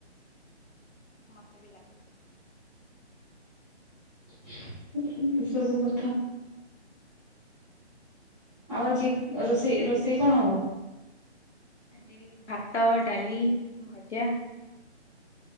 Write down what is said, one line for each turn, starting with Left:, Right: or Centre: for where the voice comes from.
Left: ମୋତେ ବି ଲାଗୁଚି।
Centre: <unintelligible> ଏ ସବୁ କଥା। ଆଉ ଆଜି ରୋଷେଇ ରୋଷେଇ କଣ ହବ।
Left: ଆଜି ଭାତ ଡାଲି ଭଜା।